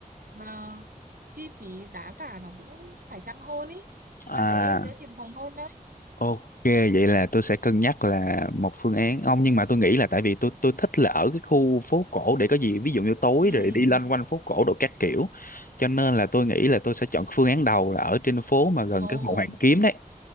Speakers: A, on the right; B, on the left.
A: và chi phí giá cả nó cũng phải chăng hơn ý
B: À
A: mà dễ dễ tìm phòng hơn đấy.
B: Ok, vậy là tôi sẽ cân nhắc là một phương án ông nhưng mà tôi nghĩ là tại vì tôi tôi thích là ở cái khu phố cổ để có gì ví dụ như tối
A: Ừ.
B: rồi đi loanh quanh phố cổ đồ các kiểu cho nên là tôi nghĩ là tôi sẽ chọn cái phương án đầu là ở trên phố mà gần
A: Ồ,
B: cái hồ Hoàn Kiếm đấy